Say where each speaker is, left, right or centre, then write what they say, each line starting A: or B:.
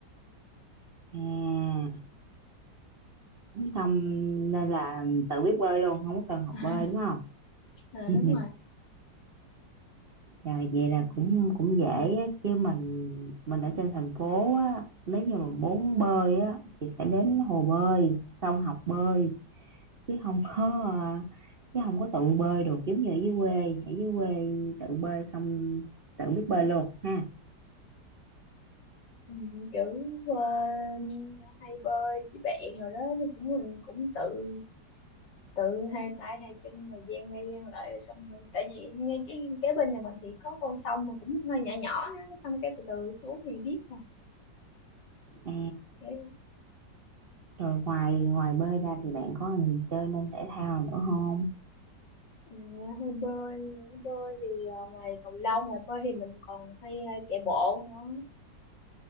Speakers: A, on the right; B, on the left.
A: à Xong nên là tự biết bơi luôn, không có cần học
B: <laughs>
A: bơi đúng không?
B: à,
A: <laughs>
B: đúng
A: Rồi vậy
B: rồi
A: là cũng cũng dễ á, chứ mình mình ở trên thành phố á, nếu như mà muốn bơi á thì phải đến hồ bơi, xong học bơi chứ không có à, chứ không có tự bơi được giống như ở dưới quê, ở dưới quê tự bơi xong tự biết bơi luôn ha.
B: Ừ, kiểu ờ, hay bơi với bạn rồi đó nhưng cũng mình cũng tự tự hai tay hai chân rồi gian ra gian lại xong rồi tại vì ngay cái kế bên nhà mình thì có con sông mà cũng hơi nhỏ nhỏ á, xong cái từ từ xuống thì biết rồi
A: À,
B: kiểu vậy.
A: rồi ngoài ngoài bơi ra thì bạn có chơi môn thể thao nữa không?
B: Ờ, hay bơi bơi thì ờ, ngoài cầu lông ngoài bơi thì mình còn hay ờ, chạy bộ nữa